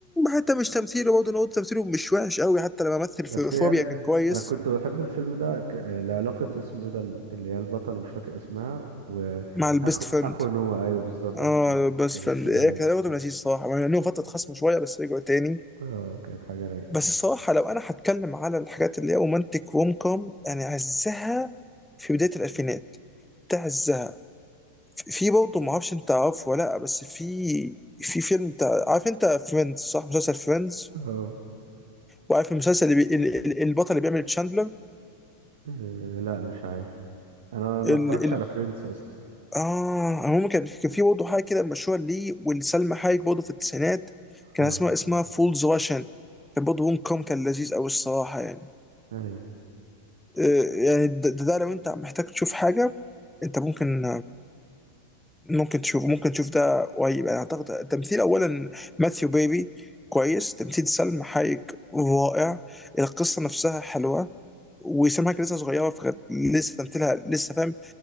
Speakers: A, in the centre; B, on the right (about 60°).
A: حتى مش تمثيله برضه انا قلت تمثيله مش وحش قوي حتى لما مثل في
B: بس
A: فوبيا
B: هي ال...
A: كان كويس
B: انا كنت بحب الفيلم ده ك... لعلاقة اسمه ايه ده ال- اللي هي البطلة مش فاكر اسمها واخو
A: مع البيست فريند
B: اخو نوع ايوه بالظبط
A: اه
B: كان
A: بيست
B: كانت
A: فريند
B: حاجة رايقة
A: كان برضه لذيذ صراحه يعني انه فتره خصم شويه بس رجعوا تاني
B: اه كانت حاجة رايقة
A: بس الصراحة لو أنا هتكلم على الحاجات اللي هي رومانتك روم كوم يعني عزها في بداية الألفينات ده عزها في برضه معرفش أنت عارفه ولا لأ بس في في فيلم بتاع عارف أنت فريندز صح مسلسل فريندز
B: اه
A: وعارف المسلسل اللي بي... ال- ال- البطل اللي بيعمل تشاندلر
B: آه، لا مش عارف انا ما
A: ال...
B: اتفرجتش
A: ال...
B: على فريندز اصلا
A: آه المهم كان كان في برضه حاجة كده مشهورة ليه ولسلمى حايك برضه في التسعينات كان
B: اه
A: اسمها اسمها فولز راشن كان برضه روم كوم كان لذيذ أوي الصراحة يعني
B: ايوه
A: آه، يعني ده, ده لو انت محتاج تشوف حاجه انت ممكن ممكن تشوف ممكن تشوف ده قريب يعني اعتقد التمثيل اولا ماثيو بيبي كويس تمثيل سلم حايك رائع القصه نفسها حلوه وسام حاجه لسه صغيره فكانت لسه تمثيلها لسه فاهم